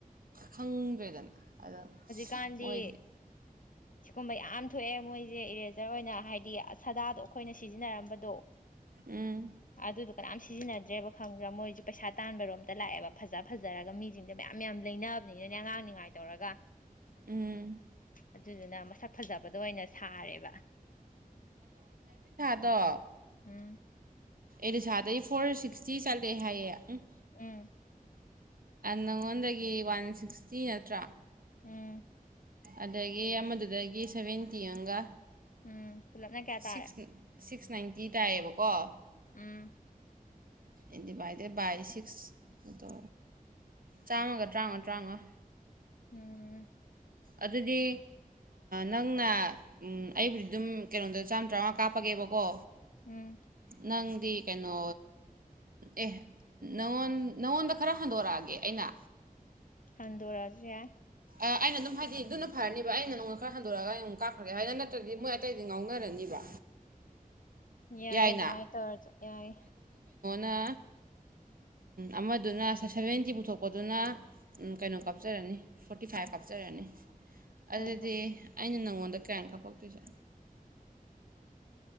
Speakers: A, on the right; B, on the left.
A: ꯈꯪꯗ꯭ꯔꯦꯗꯅ ꯑꯗꯣ
B: ꯀꯥꯟꯙꯤ
A: ꯃꯣꯏꯗꯤ
B: ꯀꯨꯝꯕ ꯌꯥꯝ ꯊꯣꯛꯑꯦ ꯃꯣꯏꯁꯦ ꯏꯔꯦꯖꯔ ꯑꯣꯏꯅ ꯍꯥꯏꯗꯤ ꯁꯥꯗꯥꯗꯣ ꯑꯩꯈꯣꯏꯅ ꯁꯤꯖꯤꯟꯅꯔꯝꯕꯗꯣ ꯑꯗꯨ
A: ꯎꯝ
B: ꯑꯗꯨꯗꯨꯀꯔꯝꯁꯤ ꯁꯤꯖꯤꯟꯅꯗ꯭ꯔꯦꯕ ꯈꯪꯕ꯭ꯔꯥ ꯃꯣꯏꯁꯦ ꯄꯩꯁꯥ ꯇꯥꯟꯕꯔꯣꯝꯇ ꯂꯥꯛꯑꯦꯕ ꯐꯖ ꯐꯖꯔꯒ ꯃꯤꯁꯤꯡꯗꯣ ꯃꯌꯥꯝ ꯃꯌꯥꯝ ꯂꯩꯅꯕꯅꯤꯅꯅꯦ ꯑꯉꯥꯡꯅꯤꯉꯥꯏ ꯇꯧꯔꯒ
A: ꯎꯝ
B: ꯑꯗꯨꯗꯨꯅ ꯃꯁꯛ ꯐꯖꯕꯗ ꯑꯣꯏꯅ ꯁꯥꯔꯦꯕ
A: ꯗꯣ
B: ꯎꯝ
A: ꯑꯦꯔꯤꯁꯥꯗꯒꯤꯩ ꯐꯣꯔ ꯁꯤꯛꯁꯇꯤ ꯆꯠꯂꯦ ꯍꯥꯏꯌꯦ ꯎꯝ
B: ꯎꯝ
A: ꯅꯪꯉꯣꯟꯗꯒꯤ ꯋꯥꯟ ꯁꯤꯛꯁꯇꯤ ꯅꯠꯇ꯭ꯔꯥ
B: ꯎꯝ
A: ꯑꯗꯒꯤ ꯑꯃꯗꯨꯗꯒꯤ ꯁꯚꯦꯟꯇꯤ ꯑꯃꯒ
B: ꯎꯝ ꯄꯨꯂꯞꯅ ꯀꯌꯥ ꯇꯥꯔꯦ
A: ꯁꯤꯛꯁ ꯁꯤꯛꯁ ꯅꯥꯏꯟꯇꯤ ꯇꯥꯏꯌꯦꯕꯀꯣ
B: ꯎꯝ
A: ꯟ ꯗꯤꯚꯥꯏꯗꯦꯠ ꯕꯥꯏ ꯁꯤꯛꯁꯗ ꯆꯥꯝꯃꯒ ꯇꯔꯥꯃꯉꯥ ꯇꯔꯥꯃꯉꯥ
B: ꯎꯝ
A: ꯑꯗꯨꯗꯤ ꯅꯪꯅ ꯑꯩꯕꯨꯗꯤ ꯑꯗꯨꯝ ꯀꯩꯅꯣꯗ ꯆꯥꯝꯃ ꯇꯔꯥꯃꯉꯥ ꯀꯥꯞꯄꯒꯦꯕꯀꯣ
B: ꯎꯝ
A: ꯅꯪꯗꯤ ꯀꯩꯅꯣ ꯑꯦ ꯅꯉꯣꯟ ꯅꯪꯉꯣꯟꯗ ꯈꯔ ꯍꯟꯗꯣꯔꯛꯑꯒꯦ ꯑꯩꯅ
B: ꯊꯟꯗꯔꯖꯤ ꯌꯥ
A: ꯑꯩꯅ ꯑꯗꯨꯝ ꯍꯥꯏꯗꯤ ꯑꯗꯨꯅ ꯐꯔꯅꯤꯕ ꯑꯩꯅ ꯅꯣꯡꯅ ꯈꯔ ꯍꯟꯗꯣꯔꯛꯑꯒ ꯑꯩꯛ ꯀꯥꯈ꯭ꯔꯒꯦ ꯍꯥꯏꯗꯅ ꯅꯠꯇ꯭ꯔꯗꯤ ꯃꯣꯏ ꯑꯇꯩꯗꯤ ꯉꯥꯎꯅꯔꯅꯤꯕ
B: ꯌꯥꯏ
A: ꯌꯥꯏꯅ
B: ꯑꯗꯨꯃꯥꯏꯅ ꯇꯧꯔꯁꯨ ꯌꯥꯏ
A: ꯅ ꯑꯃꯗꯨꯅ ꯁꯚꯦꯟꯇꯤ ꯄꯨꯊꯣꯛꯄꯗꯨꯅ ꯀꯩꯅꯣ ꯀꯥꯞꯆꯔꯅꯤ ꯐꯣꯔꯇꯤ ꯐꯥꯏꯚ ꯀꯥꯞꯆꯔꯅꯤ ꯑꯗꯨꯗꯤ
B: ꯍꯣꯏ ꯍꯣꯏ
A: ꯑꯩꯅ ꯅꯪꯉꯣꯟꯗ ꯀꯌꯥ ꯀꯥꯞꯄꯛꯇꯣꯏꯁꯦ